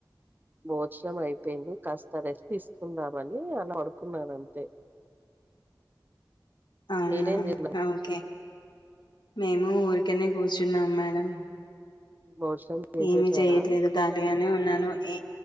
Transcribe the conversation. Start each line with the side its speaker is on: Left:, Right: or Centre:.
Right: బహుత్ కమయ అయిపోయింది కస్తారేస్ట్ తీసుకుందామని అలా అడుకున్నాను అంతే
Left: అవునా
Right: మీరేం చేసినారు
Left: ఓకే మేము ఊరి క్కనే కూర్చున్నాం మేడం
Right: భోజనం చేసేసారా
Left: ఏమి చేయట్లేదు ఖాళీగానే ఉన్నాను ఏ